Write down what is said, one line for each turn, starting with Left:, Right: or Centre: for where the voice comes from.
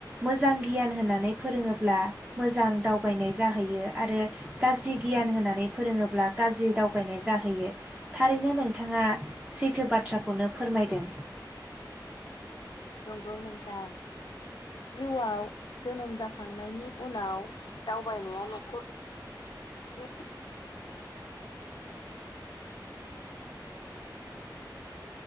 Right: मोजां गियान होननानै फोरोङोब ब्ला मोजां दावबायनाय जाहैयो आरो गाज्रि गियान होननानै फोरोङोब्ला गाज्रि दावबायनाय जाहैयो थारैनो नोंथाङा सैथो बाथ्राखौनो फोरमायदों।
Left: नंगौ नोंथां। जिउआव जोनोम जाखां नायनि उनाव। दावबायनाया न'खरनि।